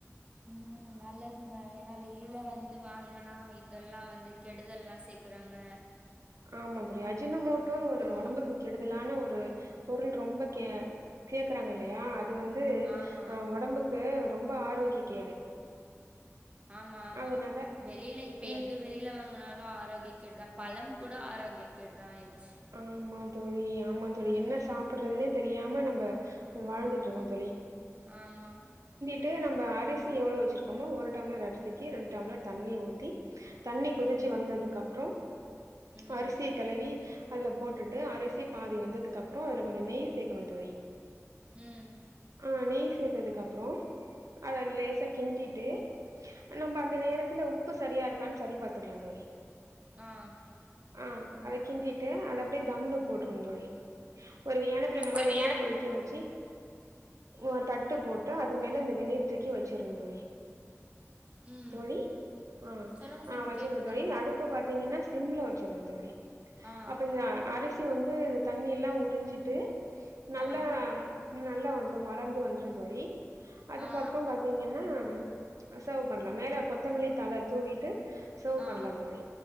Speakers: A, on the right; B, on the right.
A: ம் நல்லதுங்க ஏன்னா வெளில வந்து இது வாங்கனா இதெல்லா வந்து கெடுதல் எல்லாம் சேர்க்கறாங்க
B: ஆமா தோழி அஜிரண ஒரு
A: ம்
B: ஒடம்புக்கு கெடுதலான ஒரு பொருள் ரொம்ப கே கேக்குறாங்க இல்லையா அது வந்து
A: ஆமா
B: ஒடம்புக்கு ரொம்ப ஆர் ஆரோக்கிய கேடு
A: ஆமா ஆமா
B: அதனால
A: வெளில இப்ப
B: ம்
A: எது வெளில வாங்குனாலு ஆரோக்கியக் கேடு தா பழம் கூட ஆரோக்கிய கேடு தா ஆயிரிச்சி
B: ஆமா தோழி ஆமா தோழி
A: ம்
B: என்ன சாப்புட்றதுன்னே தெரியாம நம்ம வாழ்ந்துட்டுருக்கோ தோழி
A: ஆமா
B: ட்டு நம்ம அரிசி எவ்ளோ வச்சிருக்கோமோ ஒரு டம்ளர் அரிசிக்கு ரெண்டு டம்ளர் தண்ணி ஊத்தி தண்ணி கொதிச்சி
A: ம்
B: வந்ததுக்கப்பறோ
A: ம்
B: அரிசிய கலுவி அதுல போட்டுட்டு அரிசி பாதி வெந்ததுக்குப்றோ அதுல கொஞ்சோ நெய் சேக்கணு தோழி
A: ம்
B: ஆ நெய் சேத்ததுக்கப்பறோ அத லேசா கிண்டிட்டு நம்ம அந்த நேரத்துல உப்பு சரியாருக்கான்னு செரி பாத்துக்கலா தோழி
A: ஆஹ்
B: ஆஹ் அத கிண்டிட் டு அத அப்டியே தம்ள போட்டுறனு தோழி ஒரு ஏனத்துல நல்லா
A: ஒரு
B: வெந்நீர்
A: என
B: கொதிக்க வச்சி ஒர் தட்டு போட்டு அது மேல இந்த வெண்ணீர் தூக்கி வச்சிரணு தோழி
A: ம்
B: தோழி ஆஹ்
A: சொல்லுங்க சொல்லுங்க
B: ஆஹ் வச்சிரணு
A: கேட்டுட்டு தா
B: தோழி
A: இருக்கே
B: அடுப்ப பாத்தீங்கன்னா சிம்ல வச்சிரணு தோழி
A: ஆ
B: அப்ப இந்த அரிசி வந் து தண்ணிலா உறிஞ்சிட்டு நல்லா
A: ஆ
B: நல்லா வந்து மலர்ந்து வந்துரோ தோழி அதுக்கப்பறோ
A: ஆ
B: பாத்தீங்கன்னா அஹ் செர்வ் பண்லா மேல கொத்தமல்லி தல தூவிட்டு செர்வ்
A: ஆ
B: பண்லா தோழி